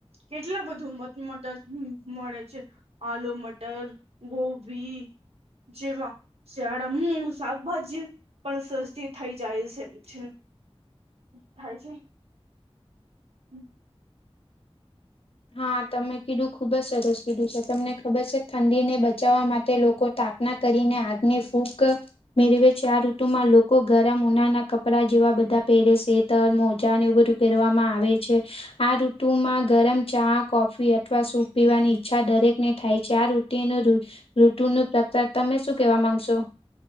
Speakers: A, on the right (about 75°); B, on the left (about 65°).
A: કેટલા બધું મટર મળે છે. આલુ મટર ગોભી જેવા શિયાળા હમ શાકભાજી પણ સસ્તી થઈ જાય છે એમ છે. થાય છે હ
B: હા તમે કીધું ખુબ જ સરસ કીધું છે તમને ખબર છે ઠંડીને બચાવવા માટે લોકો સ્થાપના કરીને આગની ફૂક મે રવે ચાર ઋતુ માં લોકો ગરમ ઉના ના કપડા જેવા બધા પહેરે છે. ર મોજા નેવું બધું પહેરવામાં આવે છે આ ઋતુમાં ગરમ ચા કોફી અથવા સૂપ પીવાની ઈચ્છા દરેકને થાય છે આ રુટિન ઋતુ ન પ્રકાર તમે શું કેવા માંગશો?